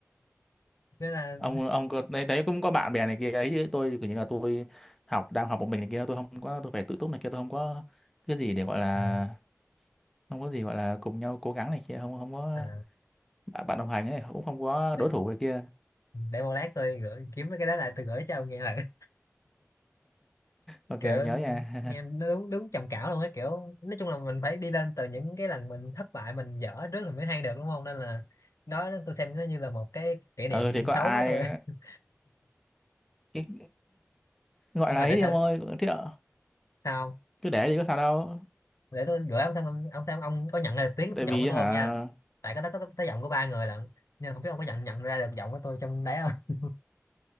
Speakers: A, on the left (about 85°); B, in the centre.
A: <laughs> nên là
B: ông ông có, đấy, đấy cũng có bạn bè này kia ấy chứ tôi kiểu như là tôi học đang học một mình này kia tôi không có tôi phải tự túc này kia tôi không có cái gì để gọi là
A: à,
B: không có gì gọi là cùng nhau cố gắng này kia không không có
A: à,
B: bạn bạn đồng hành ấy cũng không có
A: để,
B: đối thủ này kia
A: để một lát tôi gửi kiếm cái đó lại tôi gửi cho ông nghe lại <laughs>
B: ok
A: kiểu
B: nhớ nha <laughs>
A: nghe nó đúng đúng trầm cảm luôn á kiểu nói chung là mình phải đi lên từ những cái lần mình thất bại mình dở trước mình mới hay được đúng không nên là đó tôi xem nó như là một cái kỷ niệm
B: ừ thì có
A: xấu
B: ai
A: của tôi <laughs>
B: cái gọi
A: nhưng
B: là
A: mà
B: ấy
A: để
B: đi
A: thử
B: ông ơi thế ạ,
A: sao không?
B: cứ để đi có sao đâu
A: để tôi gửi ông xem ông, xem ông có nhận ra được tiếng
B: tại
A: giọng
B: vì
A: của tôi
B: hả
A: không nha tại cái đó có tới giọng của ba người lận nhưng không biết ông có nhận nhận ra được giọng của tôi trong đấy không